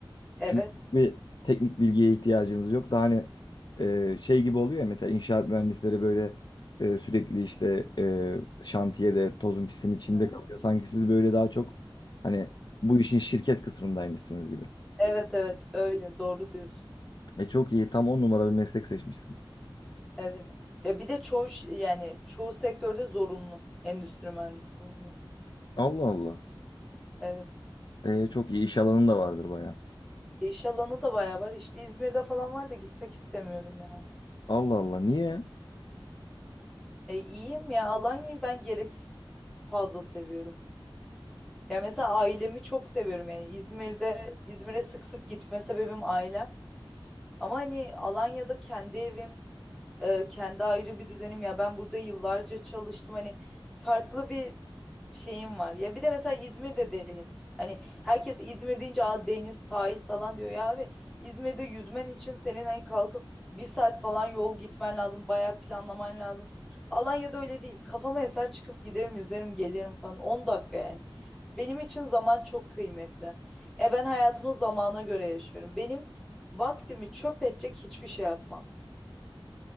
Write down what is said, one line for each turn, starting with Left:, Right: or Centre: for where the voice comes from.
Centre: Evet.
Left: Çünkü bir teknik bilgiye ihtiyacınız yok. Daha hani e, şey gibi oluyor ya mesela inşaat mühendisleri böyle e, sürekli işte e, şantiyede tozun pisin içinde
Centre: Hı hı.
Left: kalıyor. Sanki siz böyle daha çok hani bu işin şirket kısmındaymışsınız gibi.
Centre: Evet evet öyle doğru diyorsun.
Left: E çok iyi tam on numara bir meslek seçmişsin.
Centre: Evet. Ya bir de çoğu ş- yani çoğu sektörde zorunlu endüstri mühendisi bulunması.
Left: Allah Allah.
Centre: Evet.
Left: E, çok iyi iş alanın da vardır baya.
Centre: E iş alanı da bayağı var. İşte İzmir'de falan var da gitmek istemiyorum ya.
Left: Allah Allah niye?
Centre: E iyiyim ya. Alanya'yı ben gereksiz fazla seviyorum. Ya mesela ailemi çok seviyorum yani İzmir'de İzmir'e sık sık gitme sebebim ailem. Ama hani Alanya'da kendi evim, e, kendi ayrı bir düzenim ya. Ben burada yıllarca çalıştım. Hani farklı bir şeyim var. Ya bir de mesela İzmir'de deniz. Hani herkes İzmir deyince Aa, deniz, sahil falan diyor. Ya abi İzmir'de yüzmen için senin hani kalkıp bir saat falan yol gitmen lazım. Bayağı planlaman lazım. Alanya'da öyle değil. Kafama eser çıkıp giderim, yüzerim, gelirim falan. 10 dakika yani. Benim için zaman çok kıymetli. E ben hayatımı zamana göre yaşıyorum. Benim Vaktimi çöp edecek hiçbir şey yapmam.